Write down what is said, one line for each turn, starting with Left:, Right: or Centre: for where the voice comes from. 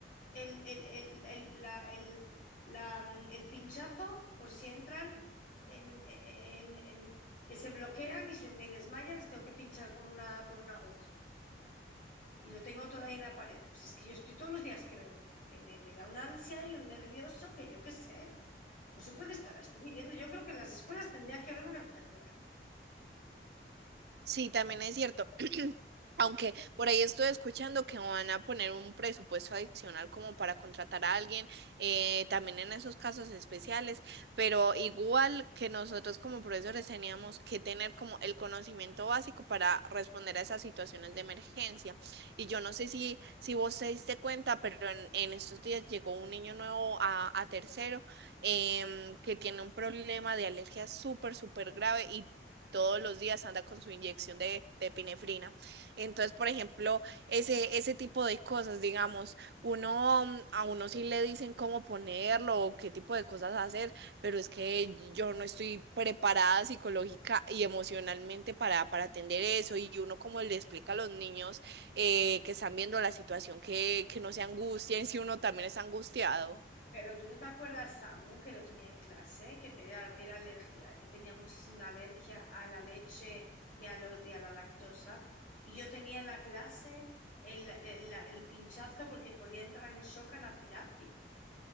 Left: el, el- el- el- la- el- la, mm, el pinchazo por si entran en, en- en- que se bloquean y se me desmayan, les tengo que pinchar con una, con una aguja. Y lo tengo todavía en la pared. Pues es que yo estoy todos los días que me, que me, me da una ansia y un nervioso que yo qué sé. No se puede estar así viviendo. Yo creo que en las escuelas tendría que haber una enfermera.
Right: Sí, también es cierto. Aunque por ahí estoy escuchando que van a poner un presupuesto adicional como para contratar a alguien, eh, también en esos casos especiales, pero igual que nosotros como profesores teníamos que tener como el conocimiento básico para responder a esas situaciones de emergencia. Y yo no sé si, si vos te diste cuenta, pero en, en estos días llegó un niño nuevo a, a tercero em, que tiene un problema de alergia súper, súper grave y todos los días anda con su inyección de, de epinefrina. Entonces, por ejemplo, ese, ese tipo de cosas, digamos, uno mm, a uno sí le dicen cómo ponerlo o qué tipo de cosas hacer, pero es que yo no estoy preparada psicológica y emocionalmente para, para atender eso. Y uno como le explica a los niños eh, que están viendo la situación, que, que no se angustien <laughs> si uno también está angustiado.
Left: Pero tú no te acuerdas, Samu, que lo tenía en clase, que te- era, era alergia, eh, tenía muchísima alergia a la leche y a, los, y a la lactosa. Y yo tenía en la clase el, el- la- el pinchazo porque podía entrar en shock anafiláctico.